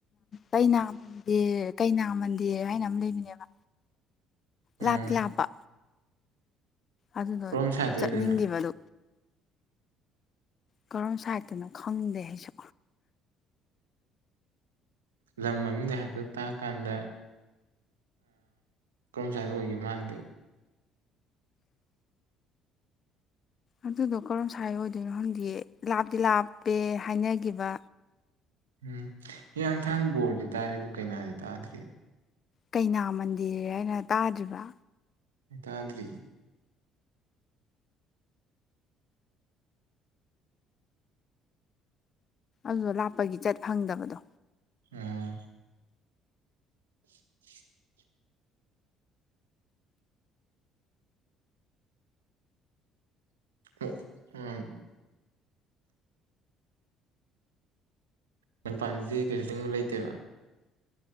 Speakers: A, on the left; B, on the right.
A: ꯀꯩꯟꯗ ꯀꯩꯅꯥ ꯃꯟꯗꯔ ꯍꯥꯏꯅ ꯑꯃ ꯂꯩꯕꯅꯦꯕ ꯂꯥꯞ
B: ꯎꯝ
A: ꯂꯥꯞꯄ ꯑꯗꯨꯗꯣ
B: ꯀꯔꯣꯝ ꯁꯥꯏꯠꯇ
A: ꯆꯠꯅꯤꯡꯈꯤꯕꯗꯨ
B: ꯑꯣꯏꯗꯣꯏꯅꯣ
A: ꯀꯔꯝ ꯁꯥꯏꯗꯅꯣ ꯈꯪꯗꯦ ꯑꯩꯁꯨ
B: ꯂꯝ ꯃꯃꯤꯒ ꯍꯇ ꯇꯥꯛꯀꯥꯟꯗ ꯀꯔꯝ ꯁꯋꯥꯏꯗ ꯑꯣꯏꯒꯦ ꯃꯥꯟꯒꯦ
A: ꯑꯗꯨꯗꯣ ꯀꯔꯝ ꯁꯥꯏ ꯑꯣꯏꯗꯣꯏꯅꯣ ꯈꯪꯗꯤ ꯂꯥꯞꯇ ꯂꯥꯞꯄꯦ ꯍꯥꯏꯅꯈꯤꯕ
B: ꯎꯝ ꯍꯦꯌꯥꯡꯊꯥꯡ ꯕꯣꯔꯗꯤ ꯇꯥꯔꯦ ꯑꯗꯨ ꯀꯩꯅꯥꯗꯤ ꯇꯥꯗ꯭ꯔꯤ
A: ꯀꯩꯅꯥ ꯃꯟꯗꯤꯔ ꯍꯥꯏꯅ ꯇꯥꯗ꯭ꯔꯤꯕ
B: ꯍ ꯇꯗꯔꯤ
A: ꯑꯗꯨꯗ ꯂꯥꯞꯄꯒꯤ ꯆꯠ ꯐꯪꯗꯕꯗꯣ
B: ꯑꯝ <unintelligible> ꯎ ꯃ ꯄꯥꯟꯗꯤ ꯀꯩꯁꯨꯤꯡꯕ ꯂꯩꯇꯦꯕ